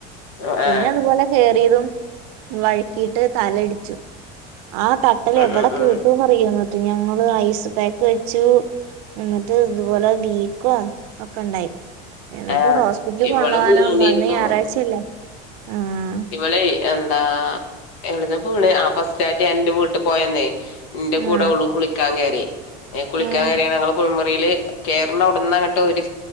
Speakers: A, on the left; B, on the right.
A: ആ ആ
B: പിന്നത്പോലെ കറിയതും വഴ്ക്കിയിട്ട് തലടിച്ചു ആ ത ട്ടലേ
A: ഉം
B: എവിടെ
A: ഉം
B: കേട്ടുന്ന്റിയ
A: ഉം
B: എന്നട്ട് ഞങ്ങള് ഐസ് പാക്ക് വെ ച്ചു എന്നിട്ട് ഇതുപോലെ വീക്കോ ഒക്കെ ഉണ്ടായി എന്നിട്ട്
A: ആ
B: ഹോസ്പിറ്റല്
A: ഇവള്
B: കൊണ്ടു പോകാനോ
A: വീണിരുന്നു
B: അന്ന് ഞായറാഴ്ചയല്ലേ ആഹ്
A: ഇവളെ എന്താ എവിട്ന്നാ വീണ് ആ ഫസ്റ്റായിട്ട് എന്റെ വീട്ട പോയന്നേ ഇന്റെ കൂടെ
B: ആ
A: ഓള്ളും കുളിക്കാൻ കയറി കുളിക്കാൻ
B: ഉം
A: കയറിയ ഞങ്ങൾ കുൾമുറിയില് കേറ്ന്ന അവിടന്ന് അങ്ങോട്ട് ഒരു